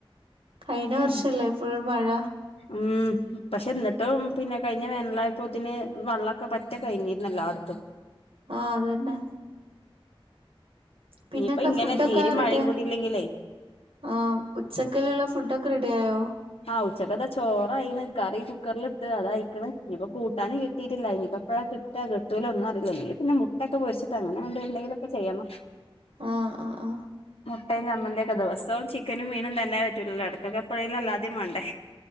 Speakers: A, on the right; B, on the left.
A: കഴിഞ്ഞ
B: ഉം
A: വർഷല്ലേ ഇപ്പോൊ മഴ
B: ഉം പക്ഷെ എന്നിട്ടും പിന്നെ കഴിഞ്ഞ വേനലായപ്പോത്തിന് വെള്ളമൊക്കെ പറ്റ കഴിഞ്ഞിരുന്നല്ലോ അടത്തും
A: ആഹ അതന്നെ പിന്നെ
B: ഇനിയിപ്പ
A: എന്താ
B: ഇങ്ങനെ
A: ഫുഡൊക്കെ
B: തീരെ
A: ആരുടെ
B: മഴയും കൂടി ഇല്ലെങ്കിലേ
A: ആ ഉച്ചക്കിലുള്ള ഫുഡൊക്കെ ടയായോ
B: ആഹ് ഉച്ചക്കതാ ചോറായിയിണ് കറി കുക്കറില ഇട്ട് അതായിക്കണ് ഇനിയിപ്പോ കൂട്ടാനും കിട്ടിയിട്ടില്ല ഇനിയിപ്പോപ്പോഴാ കെട്ടലന്നും അല്ലീ പിന്നെ മുട്ട ഒക്കെ പൊരിച്ചിട്ടങ്ങനെ കൊണ്ട് എന്തെങ്കിലൊക്കെ ചെയ്യണം
A: ആഹ് ആഹ് ആഹ്
B: മുട്ടയും ചമ്മന്തിയ ഒക്കെ ദിവസവും ചിക്കനും മീനും തന്നെ പറ്റൂലല്ലോ അട കട്ടകപ്പുഴയില അല്ലാത മാണ്ടേ